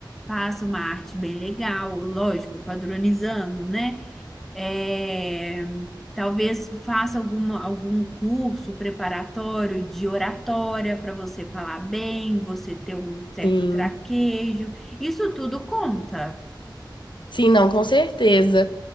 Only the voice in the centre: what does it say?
Faça uma arte bem legal, lógico, padronizando, né? É, talvez faça alguma, algum curso preparatório de oratória para você falar bem, você ter um certo
traquejo. Isso tudo conta.